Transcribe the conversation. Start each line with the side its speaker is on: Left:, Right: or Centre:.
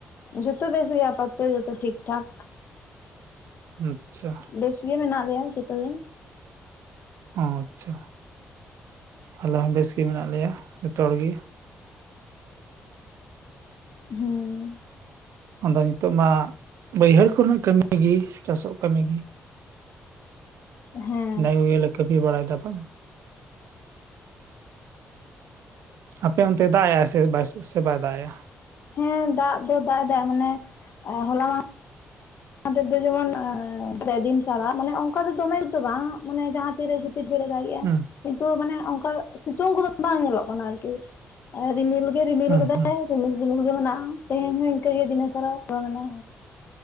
Left: ᱡᱩᱛᱚ ᱵᱮᱥ ᱜᱮᱭᱟᱠᱚ ᱡᱚᱛᱚ ᱴᱷᱤᱠ ᱴᱷᱟᱠ
Right: ᱟᱪᱪᱷᱟ
Left: ᱵᱮᱥ ᱜᱮ ᱢᱮᱱᱟᱜ ᱞᱮᱭᱟ ᱡᱚᱛᱚ ᱜᱮ
Right: ᱚ ᱟᱪᱪᱷᱟ ᱟᱞᱮ ᱦᱚᱸ ᱵᱮᱥ ᱜᱮ ᱢᱮᱱᱟᱜ ᱞᱮᱭᱟ ᱡᱚᱛᱚ ᱦᱚᱲ ᱜᱤ
Left: ᱦᱩᱸ
Right: ᱟᱫᱚ ᱱᱤᱛᱚᱜ ᱢᱟ ᱵᱟᱹᱭᱦᱟᱹᱲ ᱠᱚᱨᱮᱱᱟᱜ ᱠᱟᱹᱢᱤ ᱜᱤ ᱪᱟᱥᱚᱜ ᱠᱟᱹᱢᱤᱜᱤ
Left: ᱦᱮᱸ
Right: <unintelligible> ᱠᱟᱢᱤ ᱵᱟᱲᱟᱭ ᱫᱟᱠᱚ ᱟᱯᱮ ᱚᱱᱛᱮᱭ ᱫᱟᱜ ᱮ ᱟ ᱥᱮ ᱥᱮ ᱵᱟᱭ ᱫᱟᱜ ᱮᱼᱟ
Left: ᱦᱮᱸ ᱫᱟᱜ ᱫᱚ ᱫᱟᱜ ᱮᱫᱟᱭ ᱢᱟᱱᱮ ᱦᱚᱞᱟ ᱢᱟ ᱦᱚᱞᱟ ᱢᱟᱱᱫᱷᱮᱨ ᱫᱚ ᱡᱮᱢᱚᱱ ᱯᱮ ᱫᱤᱱ ᱪᱷᱟᱨᱟ ᱢᱟᱱᱮ ᱚᱱᱠᱟ ᱫᱚ ᱫᱚᱢᱮ ᱡᱳᱨ ᱫᱚ ᱵᱟᱝ ᱢᱟᱱᱮ ᱡᱟᱦᱟᱸ ᱛᱤᱨᱮ <unintelligible> ᱫᱟᱜᱮᱜᱼᱟ
Right: ᱦᱩᱸ
Left: ᱠᱤᱱᱛᱩ ᱢᱟᱱᱮ ᱚᱱᱠᱟ ᱥᱤᱛᱩᱝ ᱠᱚᱫᱚ ᱵᱟᱝ ᱧᱮᱞᱚᱜ ᱠᱟᱱᱟ ᱟᱨᱠᱤ ᱟ ᱨᱤᱢᱤᱞ ᱜᱮ ᱨᱤᱢᱤᱞ
Right: ᱦᱩᱸ
Left: ᱟᱠᱟᱫᱟᱭ
Right: ᱦᱩᱸ
Left: ᱨᱤᱢᱤᱞ ᱨᱤᱢᱤᱞ ᱜᱮ ᱢᱮᱱᱟᱜᱼᱟ ᱛᱮᱦᱮᱧ ᱦᱚᱸ ᱤᱱᱠᱟᱹᱜ ᱜᱮ ᱫᱱ ᱮ ᱯᱚᱨᱚᱢ ᱢᱮᱱᱟᱜᱼᱟᱱᱟ